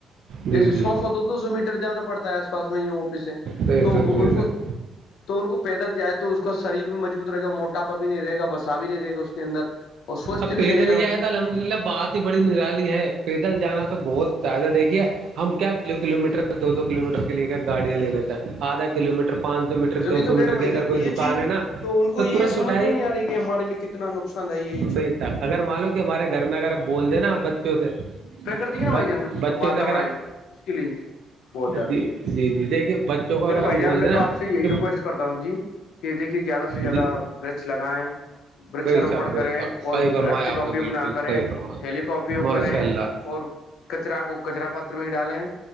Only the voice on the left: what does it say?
جیسے
سو سو دو دو سو میٹر جانا پڑتا ہے آس پاس میں ہی آفس ہے
تو
ان کو
تو ان کو پیدل جائے تو اس کا شریر بھی مجبوط رہے گا موٹاپا بھی نہیں رہے گا بسا بھی نہیں رہے گا اس کے اندر اور سوستھ
بھی رہے گا
وہ
جبھی
تو
کہہ
رہا ہوں بھائی
جان
یہ
چیز
ان
کو یہ
سمجھ
میں نہیں آ رہی کہ ہمارے لیے کتنا نقصان دہ ہے یہ
چیز
پکٹتی ہے نا
بھائی جان جو واتاورن
ہے اس کے لیے بہت زیادہ
چلو بھائی
جان
میں
تو آپ سے یہی
ریکویسٹ کرتا ہوں جی کہ دیکھیے زیادہ سے زیادہ
ورچ لگائیں ورچ
روپن کریں
اور
پلاسٹک
کا اپیوگ
نہ کریں
تھیلی کا اپیوگ
کریں
اور کچرا کو کچرا پاتر میں ڈالیں